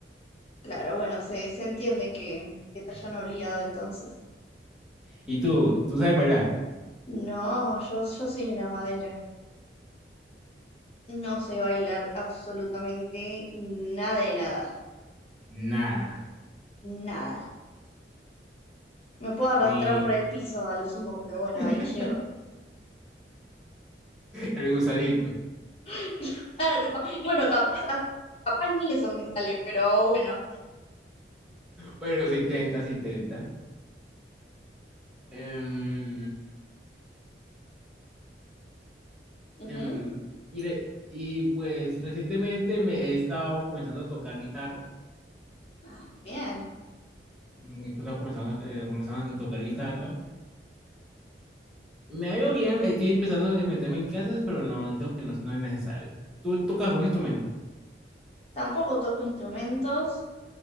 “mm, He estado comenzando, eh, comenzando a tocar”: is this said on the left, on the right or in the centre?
Centre